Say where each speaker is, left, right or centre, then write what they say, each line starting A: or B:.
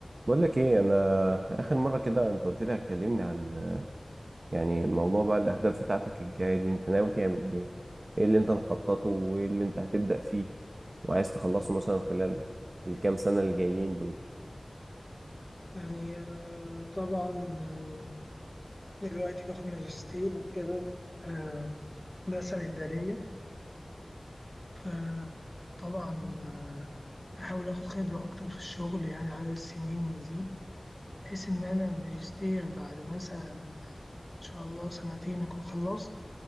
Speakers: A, on the right (about 65°); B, on the left (about 15°).
A: بقول لك ايه انا اخر مره كده انت قلت لي هتكلمني عن يعني موضوع بقى الاهداف بتاعتك الجايه دي انت ناوي تعمل ايه ايه اللي انت مخططه وايه اللي انت هتبدا فيه وعايز تخلصه مثلا خلال الكام سنه اللي جايين دول
B: يعني أنا طبعا آه، دلوقتي باخد ماجستير وكده آه، ده سنة إدارية فطبعا آه، بحاول آخد خبرة أكتر في الشغل يعني عدد السنين يزيد بحيث إن أنا الماجستير بعد مثلا إن شاء الله سنتين أكون خلصت